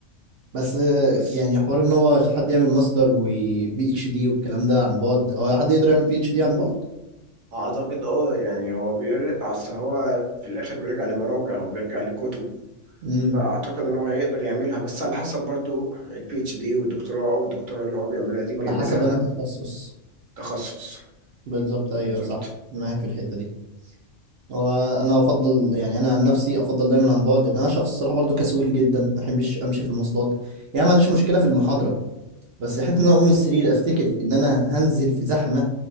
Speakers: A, on the right (about 60°); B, on the right (about 80°).
A: بس آه،
B: بس
A: يعني حوار ان هو حد يعمل ماستر وبي اتش دي والكلام ده عن بعد او حد يقدر يعمل بي اتش دي عن بعد
B: اعتقد اه يعني هو بيرجع اصل هو في الاخر بيرجع لمراجع وبيرجع لكتب
A: امم
B: فاعتقد ان هو يقدر يعملها بس على حسب برضو البي اتش دي والدكتوراه او الدكتوراه اللي هو بيعملها دي بيعملها
A: على حسب انهي تخصص
B: تخصص
A: بالظبط ايوه
B: بالظبط
A: صح معاك في الحته دي وانا افضل يعني انا عن نفسي افضل دايما عن بعد ان انا شخص صراحه برضو كسول جدا ما بحبش امشي في المواصلات يعني ما عنديش مشكله في المحاضره بس حته ان انا اقوم من السرير افتكر ان انا هنزل في زحمه